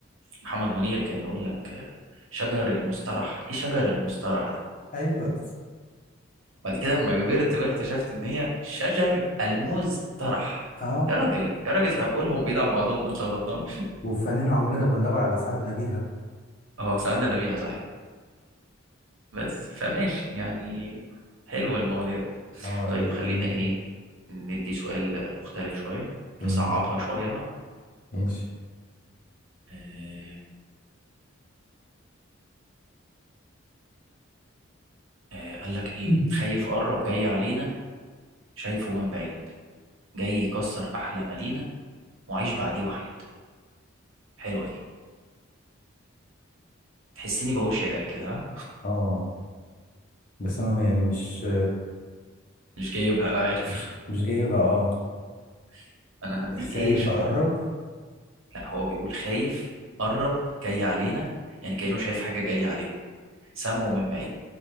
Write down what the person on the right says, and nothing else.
محمد منير كان يقول لك آه، شجر المسترح ايه شجر المسترح ده
بعد كده لما كبرت بقى اكتشفت ان هي شجر المزترح
يا راجل يا راجل طب قولهم بعيد عن بعضهم ما اتلخبطناش
<laughs> اه سعدنا بيها صحيح بس فماشي يعني حلو المواضيع دي
طيب
خلينا
ايه ندي سؤال مختلف شوية نصعبها
شوية بقى
آه آه قال لك ايه
خايف قرب جاي علينا شايفه من بعيد جاي يكسر احلى ما لينا وعيش بعديه وحيد حلوة دي تحسني بقول شعر كده ها؟
مش جايبها انا عارف
<laughs> انا هديك
ايه شوية
لا هو بيقول خايف قرب جاي علينا يعني كأنه شايف حاجة جاية عليه سامعه من بعيد